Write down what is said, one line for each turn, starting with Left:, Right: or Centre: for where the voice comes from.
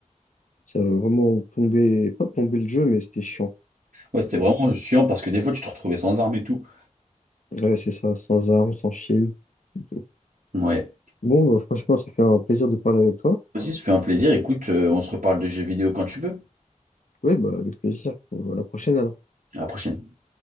Left: ça a vraiment plombé, pas plombé le jeu, mais c'était chiant.
Right: Ouais, c'était
Left: Ouais,
Right: vraiment chiant parce que des fois, tu te retrouvais sans armes et tout.
Left: ouais, c'est ça, sans armes, sans shield. et tout.
Right: Ouais.
Left: Bon, bah, franchement, ça fait un plaisir de parler avec toi.
Right: Aussi, ça fait un plaisir. Écoute, euh, on se reparle de jeux vidéo quand tu veux.
Left: Ouais, bah, avec plaisir pour la prochaine alors.
Right: À la prochaine.